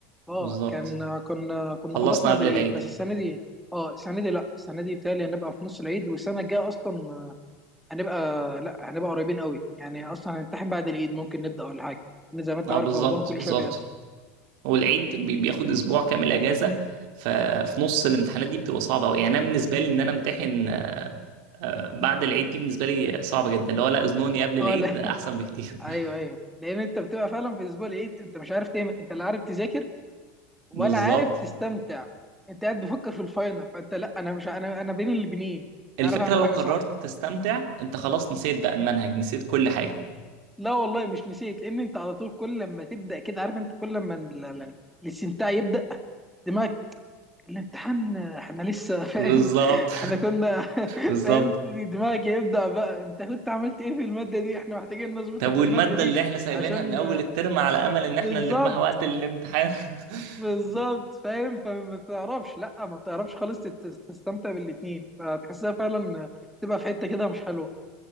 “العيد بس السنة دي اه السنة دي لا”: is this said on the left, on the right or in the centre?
Centre